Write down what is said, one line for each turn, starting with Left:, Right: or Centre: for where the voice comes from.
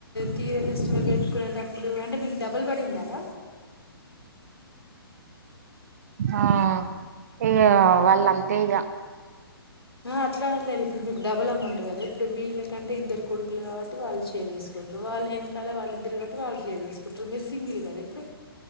Left: తీర ఫెస్టివల్ కునేటప్పుడు అంటే మీకు డబలు పడిధార
Right: ఆ ఇగ వళ్ళ అంతే ఇగ
Left: అట్లాలేను ఇప్పుడు మీకు డబుల్ అమౌంట్ కదా ఇప్పుడు వీళ్ళకంటే ఇద్దరు కొడుకులు కాబట్టి వాళ్ళు షేర్ చేసుకుంటారు వాళ్ళు వెనకాలే వాళ్ళ ఇద్దరు కాబట్ వాళ్ళు షర్ చేసుకుంటారు మీరు సింగిల్ కదా ఇప్పుడు.